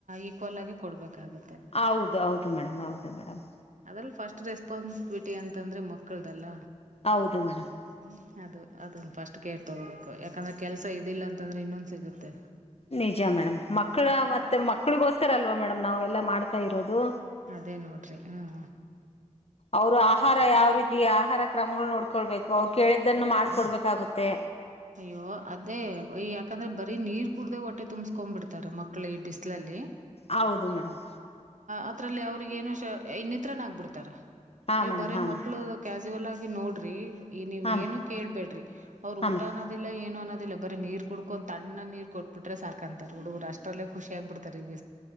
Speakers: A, on the right; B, on the left.
A: ಈಕ್ವಲ್ ಆಗಿ ಕೊಡ್ಬೇಕು ಇಾತ
B: ಹೌದು ಹೌದು ಮೇಡಮ್ ಹೌದು ಮೇಡಮ್.
A: ಅದ್ರಲ್ಲಿ ಫಸ್ಟ್ ರೆಸ್ಪಾನ್ಸಿಬಿಲಿಟಿ ಅಂತಂದ್ರೆ ಮಕ್ಕಳ್ದಲ್ಲ.
B: ಹೌದು ಮೇಡಮ್.
A: ಹ್ಮ ಅದು ಅದೊಂದು ಫಸ್ಟ್ ಕೇರ್ ತಗೋಬೇಕು ಯಾಕಂದ್ರೆ ಕೆಲ್ಸ ಇದಿಲ್ಲಾ ಅಂತಂದ್ರೆ ಇನ್ನೊಂದ ಸಿಗುತ್ತೆ.
B: ನಿಜ ಮೇಡಮ್ ಮಕ್ಳ ಮತ್ತೆ ಮಕ್ಕಳಿಗೋಸ್ತರ ಅಲ್ವಾ ಮೇಡಮ್ ನಾವೆಲ್ಲಾ ಮಾಡ್ತಾ ಇರೋದು.
A: ಅದೇ ನೋಡ್ರಿ ಹ್ಮ್
B: ಅವ್ರು ಆಹಾರ ಯಾವ ರೀತಿ ಆಹಾರ ಕ್ರಮಗಳ ನೋಡ್ಕೊಳ್ಬೇಕು ಅವ್ರು ಕೇಳಿದ್ದನ್ನು ಮಾಡ್ಕೊಡ್ಬೇಕಾಗುತ್ತೆ
A: ಅಯ್ಯೋ ಅದೇಯ ಯಾಕಂದ್ರೆ ಬರೀ ನೀರ್ ಕುೂಡ್ದ ಹೊಟ್ಟೆ ತುಂಬಸ್ಕೊ್ ಬಿಡ್ತಾರೆ ಮಕ್ಳು ಈ ಬಿಸಿ್ಲಲ್ಲಿ
B: ಹೌದು ಮೇಡಮ್
A: ಅದರಲ್ಲಿ ಅವ್ರಿಗ ಏನು ಇನ್ನತ್ರನ ಆಗ್ಬಿಡ್ತಾರ
B: ಹಾ
A: ನೀವು್
B: ಮೇಡಮ್
A: ಬರೇ
B: ಹಾ ಮೇಡಮ್
A: ಮಕ್ಳು ಕಾಸುವಲ್ ಆಗಿ ನೋಡ್ರಿ ನೀವ
B: ಹಾ ಮೇಡಮ್
A: ಏನು ಕೇಳ್ಬೇಡ್ರಿ ಅವ್ರ
B: ಹಾ
A: ಊಟ
B: ಮೇಡಮ್
A: ಅನ್ನದಿಲ್ಲ ಏನು ಅನ್ನೋದಿಲ್ಲ ಬರ ನೀ ಕುಡ್ಕೊಂಡ್ ತಣ್ಣ ನೀರ್ ಕೊಟ್ಬಿಟ್ರೆ ಸಾಕಂತಾರೆ ಹುಡುಗರು ಅಷ್ಟ್ರಲ್ಲ ಖುಷಿ ಆಗ್ಬ ಬಿಡ್ತಾರೆ ಈ ಬ